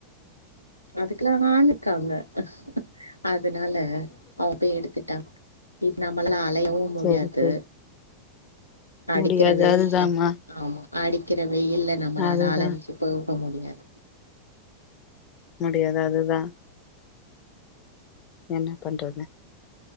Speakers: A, on the left (about 85°); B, on the left (about 35°).
A: அதுக்கெல்லாம் ஆள்க்காங்க அ அதனால அவன் போய் எடுத்துட்டான் இப் நம்ம எல்லா அலையவு முடியாது
B: செரி செரி
A: அடிக்கிற
B: முடியாது
A: வெயில்ல
B: அதுதாம்மா
A: ஆமா அடிக்கிற வெயில்ல நம்மளால
B: அதுதா
A: அலஞ்சு போம் அப்ப முடியாது
B: முடியாது அதுதா என்ன பண்றது